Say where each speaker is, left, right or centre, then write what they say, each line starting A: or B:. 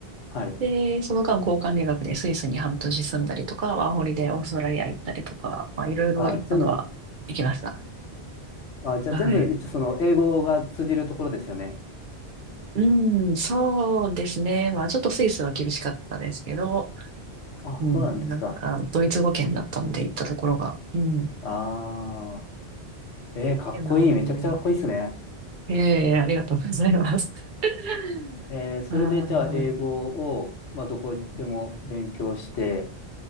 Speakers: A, on the left; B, on the right.
A: はい。
B: で、その間交換留学でスイスに半年住んだりとか、ワーホリでオーストラリア行ったりとか、まあいろいろ行ったのは行きました。
A: あ全部、あじゃあ全部、
B: はい。
A: 一応その、英語が通じるところですよね。
B: うん、そうですね。まあちょっとスイスは厳しかったですけど、
A: あ、
B: うん、
A: そうなんですか。
B: なんかドイツ語圏だったので行ったところが、うん。
A: ああ。えー、かっこいい。
B: けど、
A: めちゃくちゃかっこいいですね。
B: ええ、ありがとうございます。<laughs>
A: えー、それでじゃあ、
B: あー、
A: 英語を、まあ、どこでも勉強して、